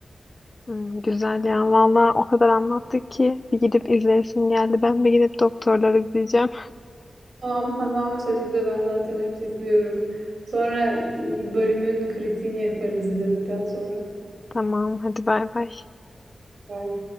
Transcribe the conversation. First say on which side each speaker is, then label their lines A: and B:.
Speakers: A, on the left; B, on the right.
A: Hmm, güzel ya. Valla o kadar anlattık ki bir gidip izleyesim geldi. Ben bir gidip doktorları izleyeceğim.
B: Tamam tamam sen izle ben zaten hep izliyorum. Sonra e, bölümün kritiğini yaparız izledikten sonra.
A: <laughs> Tamam hadi bay bay.
B: Bye.